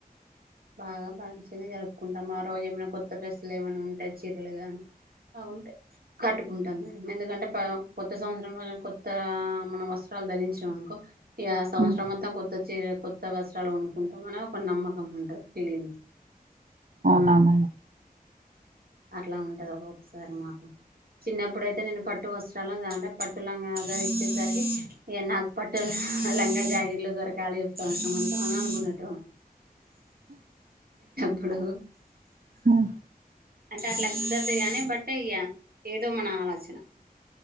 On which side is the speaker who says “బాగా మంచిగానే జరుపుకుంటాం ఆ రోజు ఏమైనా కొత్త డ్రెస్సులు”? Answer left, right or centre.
Right